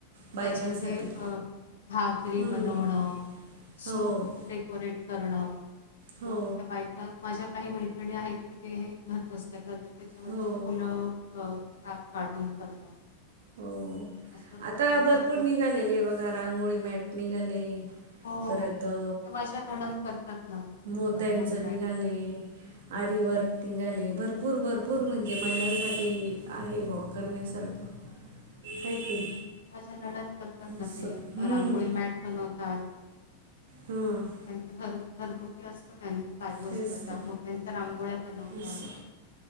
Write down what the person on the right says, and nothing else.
बायकांसाठी.
हं.
हो.
हो.
हो.
हो
आता
भरपूर निघालेले वघा रांगोळी मॅट निघाले.
परत अ,
मोत्यांचं
निघाले आरिवर
तिघाले भरपूर भरपूर
म्हणजे महिलांसाठी आहे भावा करण्यासारखं.
हाय की.
असं.
हं.
हम.
तेच
तर.
असं.